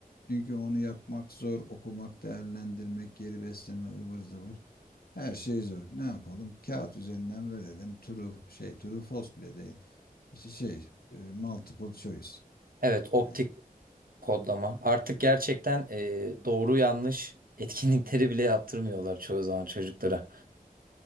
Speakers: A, on the left; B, on the right.
A: Çünkü onu yapmak zor, okumak, değerlendirmek, geri besleme, ıvır zıvır. Her şey zor. Ne yapalım? Kağıt üzerinden verelim. True şey, true false bile değil. İşte şey, e, multiple choice.
B: Evet, optik
A: Yani,
B: kodlama. Artık gerçekten e, doğru yanlış etkinlikleri bile yaptırmıyorlar çoğu zaman çocuklara.